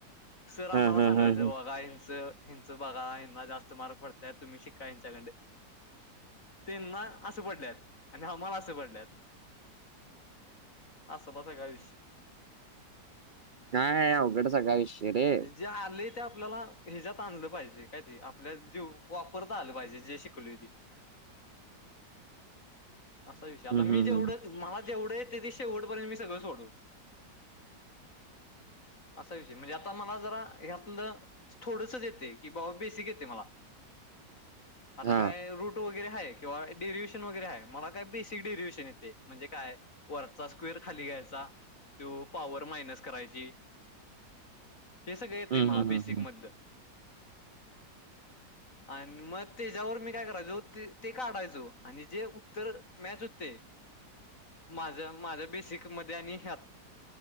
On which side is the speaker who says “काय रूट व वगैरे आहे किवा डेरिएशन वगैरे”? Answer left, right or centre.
Left